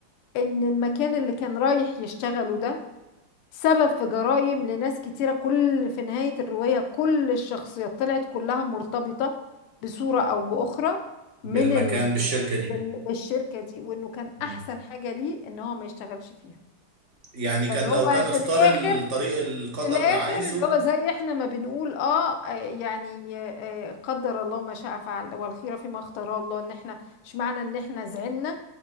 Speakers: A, on the left; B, on the right.
A: ان المكان اللي كان رايح يشتغله ده سبب في جرائم لناس كتيرة كل في نهاية الرواية كل الشخصيات طلعت كلها مرتبطة بصورة او باخرى
B: بالمكان
A: من ال...
B: بالشركة دي
A: بال... بالشركة دي وانه كان
B: مم.
A: احسن حاجة ليه ان هو ما يشتغلش فيها
B: يعني
A: فاللي
B: كان
A: هو
B: لو كان اختار
A: في الاخر
B: الطريق القدر
A: في الاخر
B: عايزه
A: اللي هو زي احنا ما بنقول اه آه، يعني آه، آه، قدر الله ما شاء فعل والخيره فيما اختاره الله ان احنا مش معنى ان احنا زعلنا